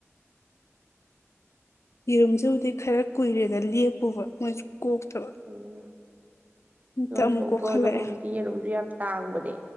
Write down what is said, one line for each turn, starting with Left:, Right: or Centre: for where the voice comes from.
Left: ꯌꯦꯔꯨꯝꯁꯤꯕꯨꯗꯤ ꯈꯔ ꯀꯨꯏꯔꯦꯗ ꯂꯦꯞꯄꯨꯕ ꯃꯣꯏꯁꯨ ꯀꯣꯛꯇꯕ
Right: ꯎꯝ
Left: ꯑꯝꯇ
Right: ꯌꯣꯟꯊꯣꯛꯇ꯭ꯔꯣ
Left: ꯑꯃꯨꯛ ꯀꯣꯛꯍꯜꯂꯛꯑꯦ
Right: ꯑꯗꯣ ꯍꯧꯖꯤꯛꯇꯤ ꯌꯦꯔꯨꯝꯖꯨ ꯌꯥꯝ ꯇꯥꯡꯕꯅꯦ